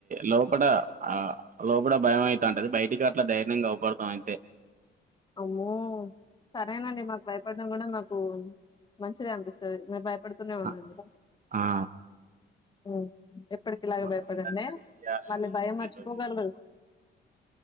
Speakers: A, on the right (about 40°); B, on the left (about 20°).
A: లోపల ఆ లో కూడా భయం అయితే అంటది బయటికి అట్లా ధైర్యయం కాపడతాం అయితే
B: అమ్మో సరేనండి మాకు భయపడ్నా కూడా నాకు మంచిది అనిపిస్తుంది మీ బ అప్పుడుతున్న వన్నా
A: ఆ
B: ఎందుట
A: ఆ
B: అమ్ ఎప్పటికి ఇలాగ
A: అట్లుంటది
B: భయపడండి
A: మరి ఏం చేయాలండి
B: మళ్ళీ భయం
A: మీతోటి
B: మర్చిపోగలగు